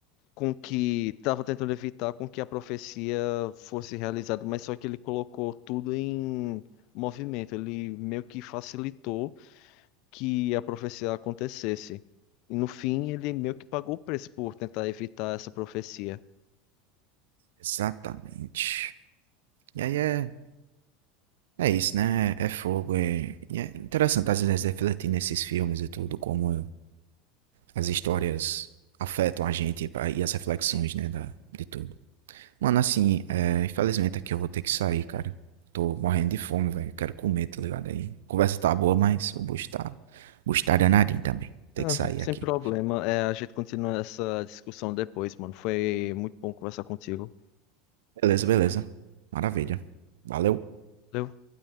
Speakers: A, on the left; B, on the right.
A: com que estava tentando evitar com que a profecia fosse realizada, mas só que ele colocou tudo em movimento, ele meio que facilitou que a profecia acontecesse. E no fim, ele meio que pagou o preço por tentar evitar essa profecia.
B: Exatamente. E aí é, é isso, né? É, é fogo. É, e é interessante às vezes refletir nesses filmes e tudo, como as histórias afetam a gente e pa- e as reflexões, né, da, de tudo. Mano, assim, é, infelizmente aqui eu vou ter que sair, cara. Tô morrendo de fome, velho. Quero comer, tá ligado? Aí, a conversa tá boa, mas o bucho tá, o bucho tá danadinho também. Tem
A: Ah,
B: que sair
A: sem
B: aqui.
A: problema, é, a gente continua essa discussão depois, mano. Foi muito bom conversar contigo.
B: Beleza, beleza. Maravilha. Valeu.
A: Valeu.